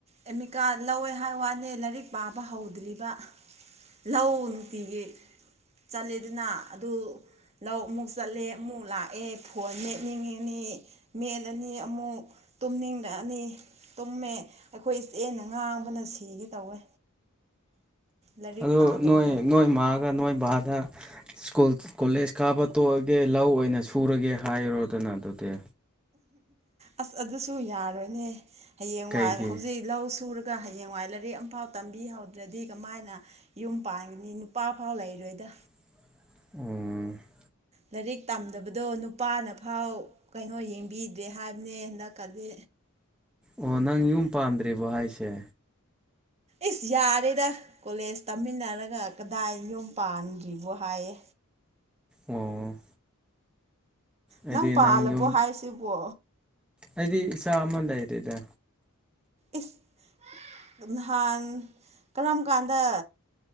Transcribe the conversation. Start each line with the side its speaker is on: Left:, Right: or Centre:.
Right: ꯑꯦꯃꯤꯀꯥ ꯂꯧꯋꯦ ꯍꯥꯏ ꯋꯥꯅꯦ ꯂꯥꯏꯔꯤꯛ ꯄꯥꯕ ꯍꯧꯗ꯭ꯔꯤꯕ ꯂꯧ ꯅꯨꯡꯇꯤꯒꯤ ꯆꯠꯂꯦꯗꯨꯅ ꯑꯗꯨ ꯂꯧ ꯑꯃꯨꯛ ꯆꯠꯂꯦ ꯑꯃꯨꯛ ꯂꯥꯛꯑꯦ ꯐꯣꯟ ꯅꯦꯠꯅꯤꯡꯉꯤꯅꯤ ꯃꯦꯠꯂꯅꯤ ꯑꯃꯨꯛ ꯇꯨꯝꯅꯤꯡꯂꯛꯑꯅꯤ ꯇꯨꯝꯃꯦ ꯑꯩꯈꯣꯏ ꯏꯆꯦꯅ ꯉꯥꯡꯕꯅ ꯁꯤꯒꯦ ꯇꯧꯋꯦ ꯂꯥꯏꯔꯤꯛ
Centre: ꯑꯣ
Right: ꯄꯥꯗꯕꯗꯣ
Centre: ꯅꯣꯏ ꯅꯣꯏ ꯃꯥꯒ ꯅꯣꯏ ꯕꯥꯗ ꯁ꯭ꯀꯨꯜ ꯀꯣꯂꯦꯖ ꯀꯥꯕ ꯇꯣꯛꯑꯒꯦ ꯂꯧ ꯑꯣꯏꯅ ꯁꯨꯔꯒꯦ ꯍꯥꯏꯔꯣꯗꯅ ꯑꯗꯨꯗꯤ
Right: ꯑꯁ ꯑꯗꯨꯁꯨ ꯌꯥꯔꯣꯏꯅꯦ ꯍꯌꯦꯡ
Centre: ꯀꯩꯒꯤ
Right: ꯋꯥꯏ ꯍꯧꯖꯤꯛ ꯂꯧ ꯁꯨꯔ ꯑꯗꯨꯒ ꯍꯌꯦꯡꯋꯥꯏ ꯂꯥꯏꯔꯤꯛ ꯑꯃꯝꯐꯥꯎ ꯇꯝꯕꯤꯍꯧꯗ꯭ꯔꯗꯤ ꯀꯃꯥꯏꯅ ꯌꯨꯝ ꯄꯥꯟꯒꯅꯤ ꯅꯨꯄꯥꯐꯥꯎ ꯂꯩꯔꯣꯏꯗ
Centre: <unintelligible> ꯑꯣ
Right: ꯂꯥꯏꯔꯤꯛ ꯇꯝꯗꯕꯗꯣ ꯅꯨꯄꯥꯅꯐꯥꯎ ꯀꯩꯅꯣ ꯌꯦꯡꯕꯤꯗ꯭ꯔꯦ ꯍꯥꯏꯕꯅꯦ ꯍꯟꯗꯛꯀꯗꯤ
Centre: ꯑꯣ ꯅꯪ ꯌꯨꯝ ꯄꯥꯟꯗ꯭ꯔꯤꯕꯔꯤꯕꯣ ꯍꯥꯏꯁꯦ
Right: ꯏꯁꯁ ꯌꯥꯔꯦꯗ ꯀꯣꯂꯦꯖ ꯇꯝꯃꯤꯟꯅꯔꯒ ꯀꯗꯥꯏ ꯌꯨꯝ ꯄꯥꯟ꯭ꯔꯤꯕꯣ ꯍꯥꯏꯌꯦ
Centre: ꯑꯣ ꯑꯩꯗꯤ
Right: ꯅꯪ ꯄꯥꯜꯂꯕꯣ
Centre: ꯌꯨꯝ
Right: ꯍꯥꯏꯁꯤꯕꯣ
Centre: ꯑꯩꯗꯤ ꯏꯆꯥ ꯑꯃ ꯂꯩꯔꯦꯗ
Right: ꯏꯁ ꯅꯍꯥꯟ ꯀꯔꯝ ꯀꯥꯟꯗ